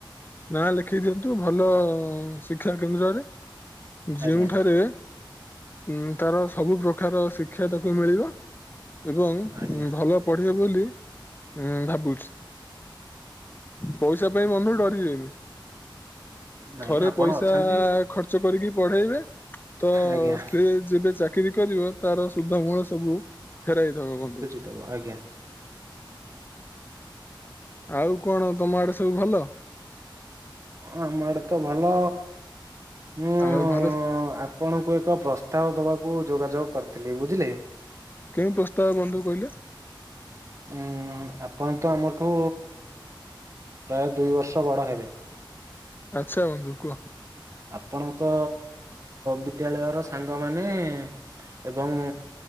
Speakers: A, on the left (about 25°); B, on the right (about 35°).
A: ନାଁ ଲେଖେଇ ଦିଅନ୍ତୁ ଭଲ ଶିକ୍ଷା କେନ୍ଦ୍ରରେ ଯେଉଁଠାରେ
B: ଆଜ୍ଞା
A: ଉ ତାର ସବୁ ପ୍ରକାର ଶିକ୍ଷା ତାକୁ ମିଳିବ ଏବଂ
B: ଆଜ୍ଞା
A: ଭଲ ପଢିବେ ବୋଲି ଉ ଭାବୁଛି। ପଇସା ପାଇଁ ବନ୍ଧୁ ଡରିବେନି।
B: ନାଇଁ
A: ଥରେ
B: ଆପଣ
A: ପଇସା
B: ଅଛନ୍ତି
A: ଖର୍ଚ୍ଚ କରିକି ପଢେଇବେ ତ
B: ଆଜ୍ଞା
A: ସେ ଯେବେ ଚାକ ଚାକିରି କରିବ ତାର ସୁଧ ମୂଳ ସବୁ ଫେରାଇ ଦବ ବନ୍ଧୁ।
B: ତ ଆଜ୍ଞା।
A: ଆଉ କଣ ତମ ଆଡେ ସବୁ ଭଲ?
B: ହଁ ଆମ ଆଡେ ତ ଭଲ ମୁଁ ଆ
A: ଆଉ ଘରେ
B: ଆପଣଙ୍କୁ ଏକ ପ୍ରସ୍ତାବ ଦବାକୁ ଯୋଗାଯୋଗ କରିଥିଲି ବୁଝିଲେ।
A: କେଉଁ ପ୍ରସ୍ତାବ ବନ୍ଧୁ କହିଲେ?
B: ଉଁ ଆପଣ ତ ଆମଠୁ ପ୍ରାୟ ଦୁଇ ବର୍ଷ ବଡ଼ ହେବେ।
A: ଆଚ୍ଛା ବନ୍ଧୁ କୁହ।
B: ଆପଣଙ୍କ ବିଦ୍ୟାଳୟର ସାଙ୍ଗମାନେ ଏବଂ